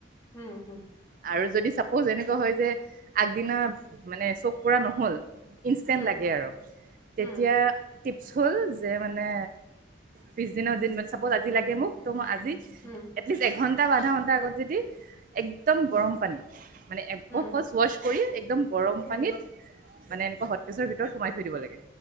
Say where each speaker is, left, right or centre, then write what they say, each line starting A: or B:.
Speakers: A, on the left; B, on the right.
A: উম হম
B: আৰু যদি চাপ'জ এনেকুৱা হয় যে আগদিনা মানে চব কৰা নহল ইনষ্টেন্ট
A: উম
B: লাগে আৰু তেতিয়া
A: উম
B: টিপছ হ'ল যে মানে পিছদিনৰ দ মানে চাপৰ্ট আজি লাগে মোক তো মই আজি
A: উম
B: এতলিষ্ট এঘন্টা আধা ঘণ্টা আগত যদি এক্দম
A: উম
B: গৰম পানী মানে
A: হুম
B: ফাৰ্ষ ৱ কৰি একদম। গৰম
A: হুম
B: পানীত। মানে এনেকুৱা হটকেচৰ ভিতৰত সোমাই থৈ দিব লাগে